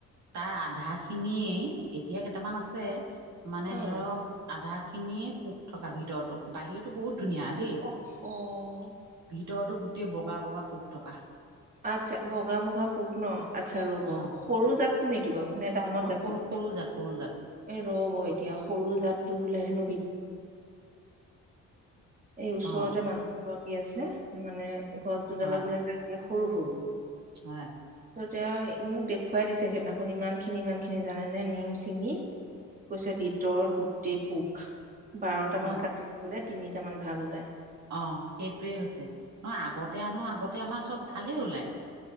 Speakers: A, on the right; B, on the right.
A: তাৰ আধা খিনিয়ে এতিয়া কেইটামান আছে মানে
B: উম
A: ধৰক আধা খিনিয়ে পোক থকা ভিতৰতো বাহিৰতো বহুত ন দে প
B: অ অ
A: ভিতৰতো গোটেই বগা বগা পোক থকা
B: আচ্ছা বগা বগা পোক ন আচ্ছা ৰব
A: অ
B: সৰু যাত টো নেকি বাৰু নে ডাঙৰ জাতটো
A: সৰু সৰু জাত সৰু জাত
B: এ ৰব এতিয়া সৰু এই ওচৰতে
A: অ
B: মানুহ কি আছে মানে গছ
A: হয়
B: ডালত বিলাক লাগে সৰু সৰু
A: <unintelligible>
B: এতি মোক দেখুৱাই দিছে সেইদিনাখন ইমান খিনি ইমান খিনি জানে নে নিম ছিঙি কৈছে ভিতৰত গোটেই পোক বাৰটা
A: ন
B: মান কাটি ললে তিনিটামান ভাল ওলাই
A: অ সেইটোয়ে হৈছে নহ আগতে আনো আগতে আমাৰ চব ভালেই ওলাই